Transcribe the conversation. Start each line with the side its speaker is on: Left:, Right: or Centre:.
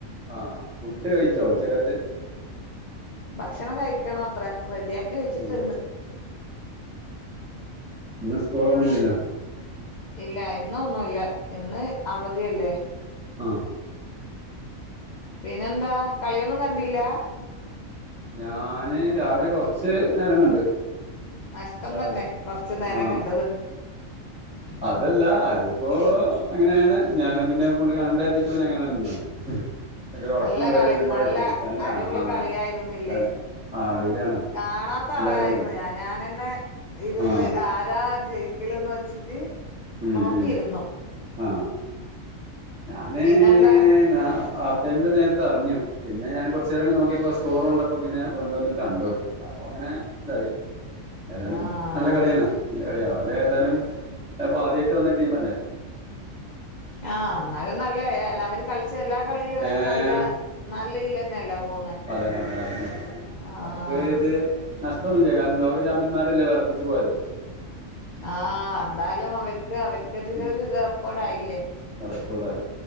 Centre: ആ ഫുഡ് കഴിച്ചോ ഉച്ചക്കത്തെ?
Left: ഭക്ഷണം കഴിക്കണോത്ര റെഡിയാക്കി വെച്ചിട്ട്ണ്ട്.
Centre: ഉം ഇന്ന് സ്കോളൊന്നും ഇല്ലല്ലോ
Left: ഇല്ല ഇന്നൊന്നുംല്ല ഇന്ന് അവധിയല്ലേ.
Centre: ആ
Left: പിന്നെന്താ കളിയൊന്നും കണ്ടില്ല?
Centre: ഞാന് രാവിലെ കൊറച്ച് നേരം കണ്ട്.
Left: നഷ്ടം
Centre: ലാസ്റ്റ്
Left: തന്നെ കൊറച്ച് നേരം
Centre: ആഹ്
Left: കണ്ടത്
Centre: അതല്ല അതിപ്പോ അങ്ങനെയാണ്. ഞാനും പിന്നെ ഫുള്ള് കാണണ്ടരുതിട്ട് തന്നേ അങ്ങന നിന്നാണ് ഉം. ഹലോ ഒറക്കും
Left: നല്ല
Centre: കാര്യം
Left: കളി
Centre: എല്ലുമ്പാടെ
Left: നല്ല
Centre: ആയിട്ടേ നല്ല
Left: അടിപൊളി
Centre: ആ,
Left: കളിയായിരുന്നില്ലേ
Centre: ന, അല്ല ആ അടിപൊളിയാണ്.
Left: കാണാത്ത
Centre: എല്ലാരും
Left: ആളായിരുന്നു
Centre: പറഞ്ഞു
Left: ഞൻ ഞാനന്നേ ഹേ ഇരുന്ന്
Centre: ആ
Left: ആരാ ജയിക്കലന്ന് വെച്ചിട്ട്
Centre: ഉം,
Left: നോക്കിയിരുന്നു.
Centre: ഉം. ആ ഞാന്...
Left: പിന്നെന്താ?
Centre: ഞ അ ചെന്റ് നേരത്തെ അറിഞ്ഞു. പിന്നെ ഞാന് കൊറചേരം ഇങ്ങനെ നോക്കിയപ്പോസ്കോർ കൊണ്ടപ്പോ പിന്നെ വീണ്ടോന്നു കണ്ടോക്കി അപ്പൊ അങ്ങനെതായി ഏതായാലും
Left: ആഹ്
Centre: നല്ല കളിയാണ് നല്ല കളിയാ അവരെ ഏതാലും ഇപ്പൊ ആദ്യായിട്ട് വന്ന ടീം അല്ലേ.
Left: ആ ഇന്നാലും നല്ല അവര് കളിച്ച എല്ലാ കളിയിലും അവര്
Centre: ഏഹ്
Left: നല്ല നല്ല ഈലന്നെല്ല പോ
Centre: അതെന്നെ അതെന്നെ അതെന്നെ
Left: ആഹ്
Centre: അക്ക് ഇത് നഷ്ടൊന്നുല്ല്യ കാരണം ലോകചാമ്പ്യന്മാരല്ലേ വെറപ്പിച്ചു പോയത്.
Left: ആ ന്തായാലും അവർക്ക് അവർക്കെതിരെ
Centre: ഉം.
Left: ഒരു റെക്കോർഡ ആയില്ലേ?
Centre: റെക്കോർഡായി